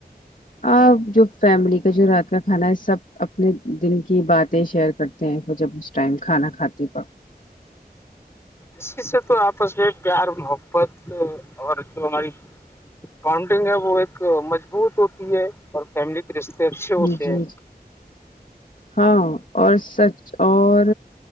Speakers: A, on the left; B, on the left.
A: آپ جو فیملی یہ جو رات کا کھانا ہے سب اپنے دل کی باتیں شیئر کرتے ہیں وہ جب اس ٹائم کھانا کھاتے ہیں
B: اسی سے تو آپس میں پیار محبت اور جو ہماری کاؤنٹنگ ہے وہ ایک مجبوط ہوتی ہے اور فیملی رشتے اچھے ہوتے
A: جی جی
B: ہیں
A: ہاں اور سچ اور